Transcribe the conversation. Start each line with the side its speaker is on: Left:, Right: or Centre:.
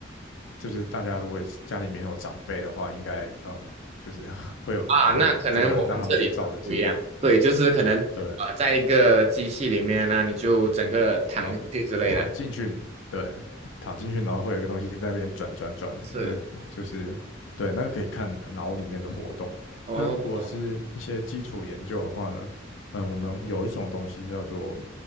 Left: 就是大家如果是家里面有长辈的话，应该呃就是 <laughs> 会有会有这个让他们去照的经验。
Right: 啊，那可能我们这里很不一样，对，就是可能呃，
Left: 对，
Right: 在一个机器里面那你就整个躺进去之类的，
Left: 然后躺进去，对，躺进去，然后会有一个东西在那边转转转，
Right: 是
Left: 那就是对，那个可以看脑里面的活动。
Right: 哦，
Left: 那如果是一些基础研究的话呢，嗯，我们有一种东西叫做